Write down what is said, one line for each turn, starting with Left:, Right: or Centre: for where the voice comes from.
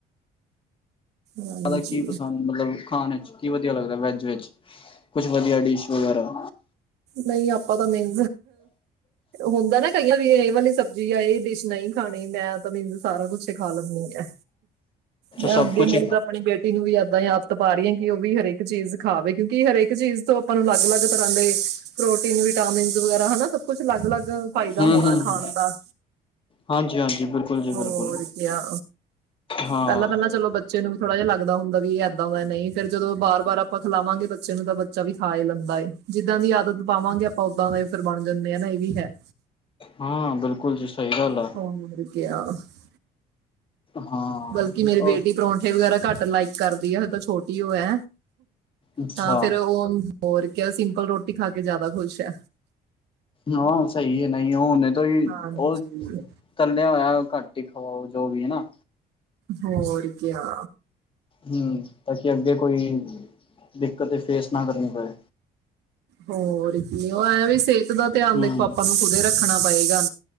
Right: ਹਾਂਜੀ
Left: ਜਾਦਾ ਕੀ ਪਸੰਦ ਮਲਬ ਖਾਣੇ ਚ? ਕੀ ਵਧੀਆ ਲੱਗਦਾ ਵੈਜ ਵੇਚ, ਕੁਛ ਵਦੀਆ ਡੇਸ਼ ਵਗੈਰਾ?
Right: ਨਈ ਆਪਾਂ ਤਾਂ ਮੇਗ ਹੁੰਦਾ ਨਾ ਕਈਆਂ ਵੀ ਏ ਵਾਲੀ ਸਬਜ਼ੀ ਜਾਂ ਏ ਡੇਸ਼ ਨਈਂ ਖਾਣੀ ਮੈਂ ਤਾਂ ਮੈਨੂੰ ਸਾਰਾ ਕੁੱਛ ਖਾ ਲੈਂਨੀ ਆਂ, ਮੈਂ
Left: ਸਭ
Right: ਅੱਗੇ
Left: ਕੁਛ
Right: ਮੀਲਦਾ ਆਪਣੀ ਬੇਟੀ ਨੂੰ ਵੀ ਐਦਾਂ ਈ ਆਦਤ ਪਾ ਰਈ ਆਂ ਕੀ ਓ ਵੀ ਹਰੇਕ ਚੀਜ਼ ਖਾਵੇ ਕੇਓਂਕੀ ਹਰੇਕ ਚੀਜ਼ ਤੋਂ ਆਪਾਂ ਨੂੰ ਅਲੱਗ-ਅਲੱਗ ਤਰਾ ਦੇ, ਪ੍ਰੋਟੀਨ ਵੀਟਾਮੀਨ ਵਗੈਰਾ ਹਨਾ ਸ ਕੁਛ ਲੱਗ-ਲੱਗ ਫਾਈਦਾ
Left: ਹਮ
Right: ਹੋਣਾਂ
Left: ਹਮ
Right: ਖਾਣ ਦਾ।
Left: ਹਾਂਜੀ ਹਾਂਜੀ ਬਿਲਕੁਲ ਜੀ ਬਿਲਕੁਲ
Right: ਹੋਰ ਕੀਆ,
Left: ਹਾਂ
Right: ਪੈਂਲਾਂ-ਪੈਂਲਾਂ ਚਲੋ‌ ਬਾ ਚੇ ਨੂੰ ਵੀ ਥੋੜਾ ਜੇਆ ਲੱਗਦਾ ਹੁੰਦਾ ਦਾਂ ਵੀ ਏਦਾਂ ਦਾ ਨਈ ਫੇਰ ਜਦੋਂ ਬਾਰ-ਬਾਰ ਆਪਾਂ ਖਲਾਵਾਂਗੇ ਬੱਚੇ ਨੂੰ ਤਾਂ ਬ ਚਾ ਵੀ ਖਾ ਲੈਂਦਾਂ ਏ ਜੀਦਾਂ ਦੀ ਆਦਤ ਪਾਵਾਂਗੇ ਆਪਾਂ ਓਦਾਂ ਦਾ ਫੇਰ ਬਣ ਜਾਂਦੇ ਏ ਨਾ ਏ ਵੀ ਹੈ।
Left: ਹਾਂ ਬੇਲਕੁਲ ਜੀ ਸਈ ਗੱਲ ਆ
Right: <unintelligible>
Left: ਹਾਂ
Right: ਬਲਕਿ ਮੇਰੀ
Left: ਓ
Right: ਬੇਟੀ ਪਰੌਂਠੇ ਵਗੈਰਾ ਘੱਟ ਲਾਈਕ ਕਰਦੀ ਆ ਹਏ ਤਾਂ ਛੋਟੀ ਓ ਐ
Left: ਅੱਛਾ
Right: ਤਾਂ ਫੇਰ ਹੋਰ ਕੇਆ ਸੀਂਪਲ ਰੋਟੀ ਖਾ ਕੇ ਜਾਦਾ ਖੁਸ਼ ਐ।
Left: ਹਾਂ, ਸਹੀ ਹੈ, ਨਹੀਂ ੳ ਹੁਨੇ ਤੋਂ ਹੀ
Right: ਹਾਂਜੀ
Left: ਉਹ ਤੱਲਿਆ ਹੋਇਆ ਘੱਟ ਹੀ ਖਵਾਓ, ਜੋ ਵੀ ਹਨਾ।
Right: ਹੋਰ ਕਿਆਂ
Left: ਹੰਮ, ਤਾਂ ਕਿ ਅੱਗੇ ਕੋਈ, ਦਿੱਕਤ ਫੇਸ ਨਾ ਕਰਨੀ ਪਵੇ।
Right: ਹੋਰ ਨਹੀਂ, ਉਹ ਐਂ ਵੀ ਸਿਹਤ ਦਾ ਧਿਆਨ
Left: ਹਮ
Right: ਦੇਖੋ ਆਪਾਂ ਨੂੰ ਖੁਦ ਰੱਖਣਾ ਪਏਗਾ,